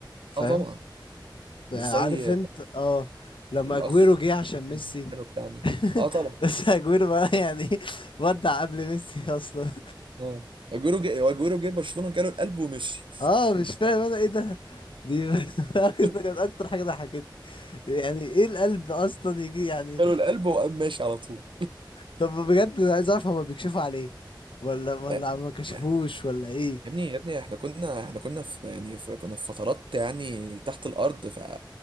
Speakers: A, on the left (about 85°); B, on the right (about 75°).
A: فاهم
B: اه طبعا
A: بقى
B: مش زي
A: عارف انت اه لما
B: الاخ
A: اجويرو جه عشان ميسي
B: كانوا بتاعنا
A: <laughs>
B: اه طبعا
A: بس اجويرو بقى <laughs> يعني ودع قبل ميسي اصلا
B: اه اجويرو جه اجويرو جه برشلونة جاله القلب ومشي
A: <laughs> اه مش فاهم انا ايه ده دي <laughs> كده
B: <laughs>
A: كانت اكتر حاجة ضحكتني يعني ايه القلب اصلا يجي يعني
B: جاله القلب وقام ماشي على طول
A: طب بجد انا عايز اعرف هما بيكشفوا عليه ولا ولا
B: لا،
A: ما كشفوش
B: يعني
A: ولا ايه
B: يا ابني يا ابني احنا كنا احنا كنا في يعني في كنا في فترات يعني تحت الارض ف